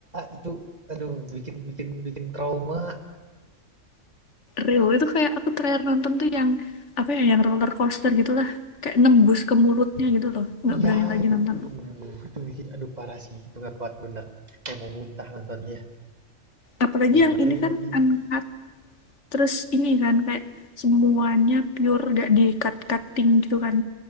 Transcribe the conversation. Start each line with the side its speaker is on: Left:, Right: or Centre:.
Right: itu, aduh bikin bikin bikin trauma.
Left: Real, itu kayak aku terakhir nonton tuh yang, apa ya, yang roller coaster gitulah, kayak nembus ke mulutnya gitu loh, nggak
Right: Iya
Left: berani lagi
Right: itu,
Left: nonton.
Right: aduh, itu bikin aduh parah sih, itu nggak kuat bener. Kayak mau muntah nontonnya,
Left: Apalagi
Right: dengerin
Left: yang ini kan,
Right: lagi.
Left: Anka terus ini kan kayak semuanya pure gak di cut-cutting gitu kan